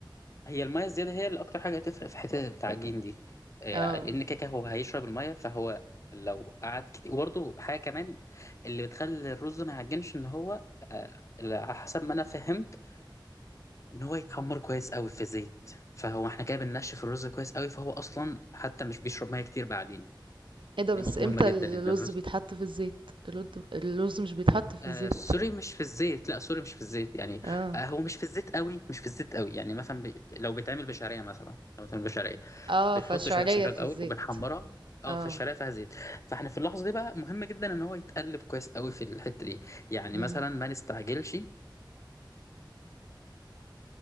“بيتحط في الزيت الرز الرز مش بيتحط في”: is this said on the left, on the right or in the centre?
Right